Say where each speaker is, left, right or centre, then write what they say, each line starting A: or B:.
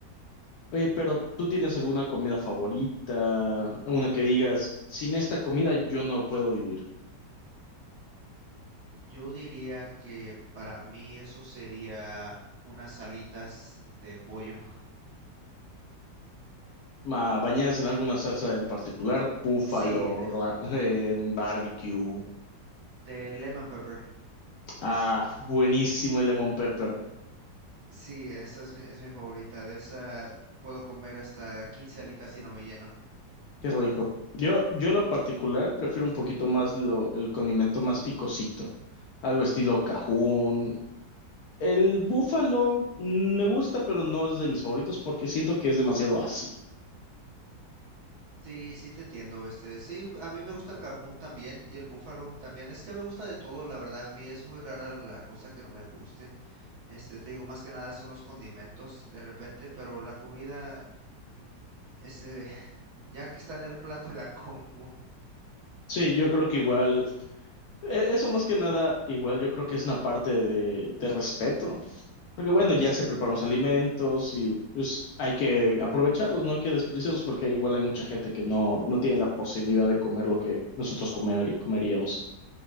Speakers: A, on the left; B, on the right.
A: Oye, pero ¿tú tienes alguna comida favorita? Una que digas, sin esta comida yo no puedo vivir.
B: Yo diría que para mí eso sería unas alitas de pollo.
A: Ma, bañadas en alguna salsa en particular, búfalo,
B: Sí, de,
A: ra- en barbecue.
B: de lemon pepper.
A: Ah, buenísimo el lemon pepper.
B: Sí, esa es mi, es mi favorita. De esa puedo comer hasta 15 alitas y no me lleno.
A: Qué rico. Yo, yo en lo particular prefiero un poquito más lo, el condimento más picosito. Algo estilo cajún. El búfalo mm, me gusta, pero no es de mis favoritos porque siento que es demasiado ácido.
B: Sí, sí te entiendo, este, sí, a mí me gusta el cajún también y el búfalo también, es que me gusta de todo, la verdad, a mí es muy rara la cosa que no me guste, este, te digo, más que nada son los condimentos de repente, pero la comida, este, <laughs> ya que está en el plato la como.
A: Sí, yo creo que igual. E- Eso más que nada, igual yo creo que es una parte de, de respeto, porque bueno, ya se preparan los alimentos y pues hay que aprovecharlos, no hay que desperdiciarlos porque igual hay mucha gente que no, no tiene la posibilidad de comer lo que nosotros comer, comeríamos.